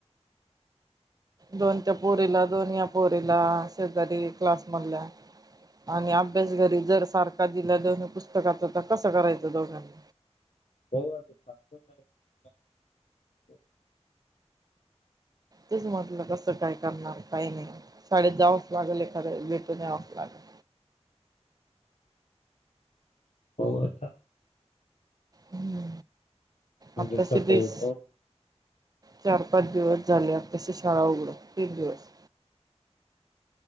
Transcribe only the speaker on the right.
दोन त्या पोरीला, दोन या पोरीला, शेजारी क्लास मणल्या आणि अभ्यास घरी जर सारखा दिला दोन्ही पुस्तकाचा तर कसं करायचं दोघांनी?
तेच म्हटलं कसं काय करणार काही नाही शाेत जावच लागेल एखाद्या भेटून यावंच लागल
हम्म
आपता
सिद्धस
चार पाच दिवस झाले अ तशी शाळा उघड तीन दिवस